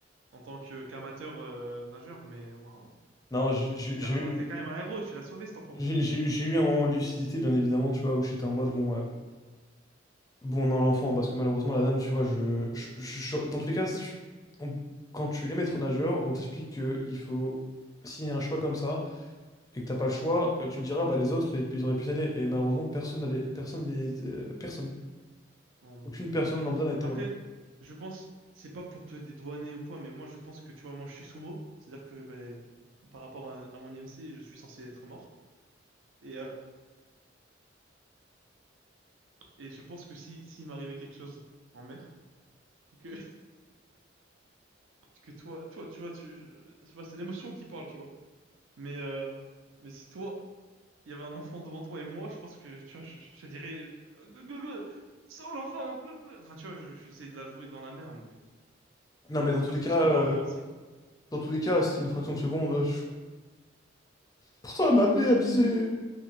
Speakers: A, on the right; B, on the left.
A: en tant que qu'amateur euh, nageur, mais waouh,
B: Non,
A: waouh.
B: j'ai j'ai-
A: T'es
B: j'ai
A: un-
B: eu
A: t'es quand même un héros, tu l'as sauvé cet enfant.
B: j'ai- j'ai- j'ai eu un moment de lucidité, bien évidemment, tu vois, où j'étais en mode, bon, euh, bon, non, l'enfant, parce que malheureusement, la dame, tu vois, je... je- je- je- dans tous les cas, je- on- quand tu es maître nageur, on t'explique que il faut... S'il y a un choix comme ça, et que t'as pas le choix, euh, tu me diras, bah les autres, ils, ils auraient pu t'aider. Et malheureusement, personne n'allait... Personne... n'y a- euh, personne.
A: Oh mon
B: Aucune
A: Dieu.
B: personne lambda n'a été
A: Après,
B: là. ouais.
A: je pense, c'est pas pour te dédouaner ou quoi, mais moi je pense que tu vois, moi je suis sumo, c'est-à-dire que ben, par rapport à, à mon IMC, je suis censé être mort. Et, euh, et je pense que si s'il m'arrivait quelque chose en mer, et que, <laughs> que toi, toi, tu vois, tu, je- c'est pas- c'est l'émotion qui parle, tu vois. Mais, euh, mais si toi, il y avait un enfant devant toi et moi, je pense que tu vois, je, je te dirais, euh, glou, glou, glou, sauve l'enfant, glou, glou. Enfin, tu vois, je, je vais essayer de la jouer dans la mer, mais,
B: Non,
A: mais
B: mais dans
A: j'espère
B: tous les
A: que
B: cas...
A: tu sauveras
B: euh,
A: l'enfant aussi, quoi.
B: Dans tous les cas, c'était une fraction de seconde. euh, je- Pourtant, elle m'appelait, elle me disait...